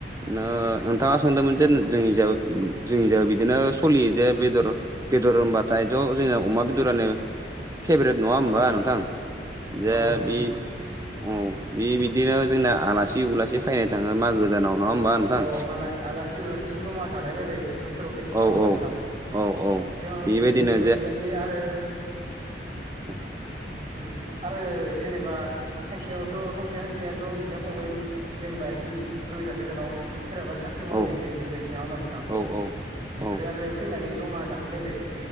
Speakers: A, on the right; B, on the right.
A: नो-नोंथाङा सोंदोंमोन जे जोंनिजा जोंनिजा बिदिनो सलियो जे बेदर बेदर होनबाथायथ' जोंना अमा बेदरानो फेप्रेट नङा होमबा
B: औ
A: नोंथां? जे
B: औ नोंथां
A: बि
B: नंगौ
A: औ बे बिदिनो जोंना आलासि उलासि फैनाय थाङो मागो दानाव। नङा होमबा नोंथां
B: अ मासि-आलासि उलासि समा जालायलायबाय बोसोराव खेबसे
A: औ
B: नङा होमबा
A: औ
B: नोंथां?
A: औ औ
B: जों
A: बेबायदिनो
B: जोंनिजायबो बेबायदि आरो
A: औ <inaudible>
B: <unintelligible> आरो जेनेबा खायसेयावथ' खायसेया खायसेयाथ' बिदा फंबाय जेनेबा इसि गोजान गोजानाव सोरहाबा साख्रि मावहैनाय
A: औ
B: थायो बेबायदि नङा होमबा नोंथां?
A: औ औ
B: बेफोरो
A: औ
B: आरो फैनानै ज'मा जाफैलायबाय